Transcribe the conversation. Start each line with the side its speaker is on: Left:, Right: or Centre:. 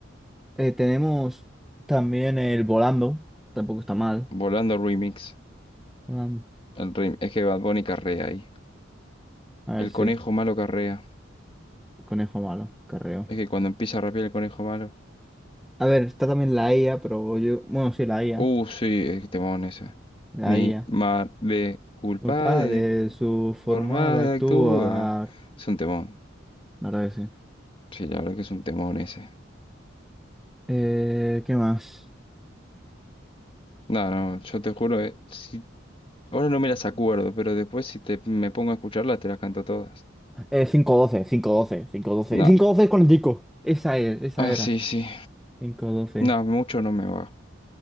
Centre: Eh, tenemos también el volando. Tampoco está mal.
Left: Volando remix.
Centre: Volando.
Left: El rem- es que Bad Bunny carrea ahí.
Centre: A
Left: El
Centre: ver, sí.
Left: conejo malo carrea.
Centre: Conejo malo, carreo.
Left: Es que cuando empieza a rapear el conejo malo.
Centre: A ver, está también la IA, pero yo. Bueno, sí, la IA.
Left: Uh, sí, el temón ese.
Centre: La
Left: Mi
Centre: IA.
Left: madre culpa
Centre: Opa,
Left: de
Centre: de su forma
Left: forma
Centre: de
Left: de
Centre: actuar.
Left: actúa. Es un temón.
Centre: La verdad que sí.
Left: Sí, la verdad que es un temón ese.
Centre: Eh, ¿qué más?
Left: No, no, yo te juro, eh, si Ahora no me las acuerdo, pero después si te, me pongo a escucharlas te las canto todas.
Centre: Eh, cinco doce cinco doce cinco doce
Left: No.
Centre: cinco doce es con el disco. Esa es, esa
Left: Ah,
Centre: era.
Left: sí, sí.
Centre: cinco doce
Left: No, mucho no me va.